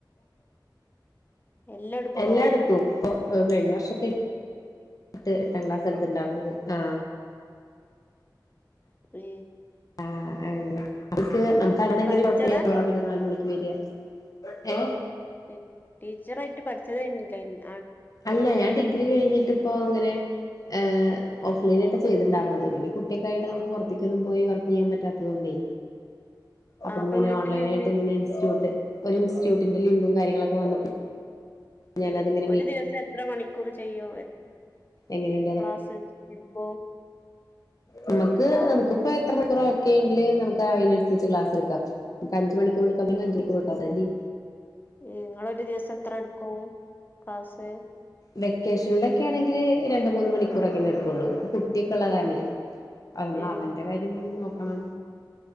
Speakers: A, on the left (about 25°); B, on the left (about 50°).
A: എല്ലാം ഇട്ക്കോ
B: എല്ലാട്ക്കും പ്പോ ഉം കഴിഞ്ഞവർഷക്കേ പത്ത് എട്ടാം ക്ലാസ് എടുത്ത്ണ്ടാർന്നത് ആ
A: ഏ
B: ആ <unintelligible> നമുക്കറിണെങ്കില്
A: പഠിച്ചതാ
B: കുഴപ്പല്ല്യാ പോ പിന്നെ നാല് മണിക്ക് രിയാ ഏ
A: <unintelligible> ടീച്ചറായ്ട്ട് പഠിച്ചതന്നെ <unintelligible>
B: അല്ല ഞാൻ ഡിഗ്രി കഴിഞ്ഞിട്ട് ഇപ്പൊ ഇങ്ങനെ ഏഹ് ഓഫ് ലൈനായിട്ടാ ചെയ്തിണ്ടാർന്നത് പിന്നെ കുട്ടിയക്കായിട്ട് നമുക്ക് പുറത്തേക്കൊന്നും പോയി വർക്കെയ്യാൻ പറ്റാത്തത്‌ കൊണ്ടേ അപ്പൊ
A: ആഹ്
B: ഇങ്ങനെ
A: വീട്ടിലിരുന്ന്
B: ഓൺലൈനായിട്ട് ഇങ്ങനെ ഇൻസ്റ്റിറ്റ്യുട്ട് ഒരു ഇൻസ്റ്റ്റ്റ്യൂട്ടിന്റെ ലിങ്കും കാര്യങ്ങളൊക്കേ വന്നപ്പോ ഞാനത്ങ്ങനെ
A: ഏഹ്
B: വീ
A: ഒരു ദിവസം എത്ര മണിക്കൂർ ചെയ്യൂ എത്ര
B: എങ്ങനെയുണ്ട്
A: ക്ലാസ് എടുക്കും
B: നമുക്ക്
A: ആഹ്
B: നമുക്കിപ്പേത്ര ഒരു മണിക്കൂറ് ഓക്കെങ്കില് നമുക്ക് ഐനൻസരിച്ച് ക്ലാസ് എടുക്കാം ക്ക്‌ അഞ്ച് മണിക്കൂർ എടുക്കാ <unintelligible> അഞ്ച് മണിക്കൂറെടുക്കാം <unintelligible>
A: നിങ്ങളൊരു ദിസം എത്രടുക്കും ക്ലാസ്
B: വെക്കേഷനിലെക്കേ ആണെങ്കില് രണ്ട് മൂന്ന് മണിക്കൂറൊക്കേന്നെടുക്കൂ ള്ളൂ ഇപ്പൊ കുട്ടിക്കോള്ളകാർണേ അ നമ്മളവന്റെ
A: ഏ
B: കാര്യം നോ പണം